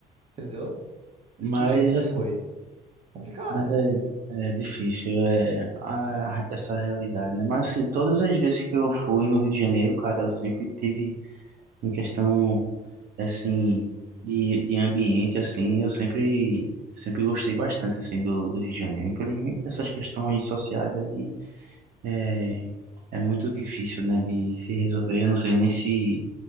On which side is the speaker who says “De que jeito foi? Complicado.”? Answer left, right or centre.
Right